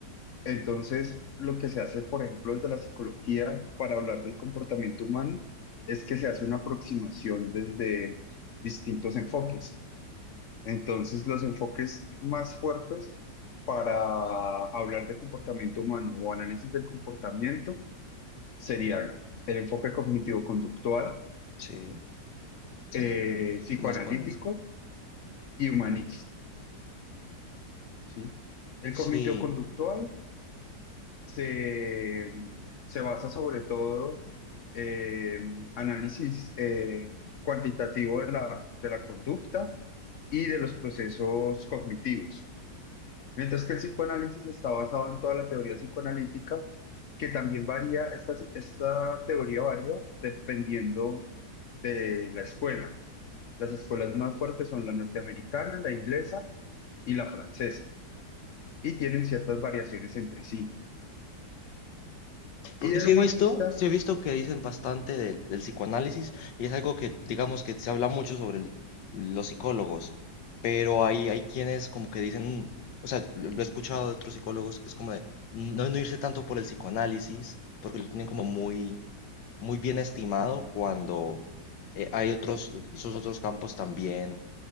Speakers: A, on the left (about 60°); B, on the left (about 80°).
A: Entonces, lo que se hace, por ejemplo, desde la psicología para hablar del comportamiento humano, es que se hace una aproximación desde distintos enfoques. Entonces, los enfoques más fuertes para hablar de comportamiento humano o análisis del comportamiento serían el enfoque cognitivo-conductual,
B: Sí, sí,
A: eh,
B: es el, el
A: psicoanalítico
B: que más conozco.
A: y humanista, ¿sí? El cognitivo-conductual
B: Sí.
A: se, se basa sobre todo en análisis eh, cuantitativo de la, de la conducta y de los procesos cognitivos, mientras que el psicoanálisis está basado en toda la teoría psicoanalítica, que también varía, esta, esta teoría varía dependiendo de la escuela. Las escuelas más fuertes son la norteamericana, la inglesa y la francesa, y tienen ciertas variaciones entre sí. Y
B: Porque
A: el
B: sí
A: humanista,
B: he visto, sí he visto que dicen bastante del, del psicoanálisis y es algo que, digamos, que se habla mucho sobre el- los psicólogos, pero hay, hay quienes como que dicen, o sea, lo, lo he escuchado de otros psicólogos que es como de no, no irse tanto por el psicoanálisis, porque lo tienen como muy, muy bien estimado cuando eh, hay otros, esos otros campos también,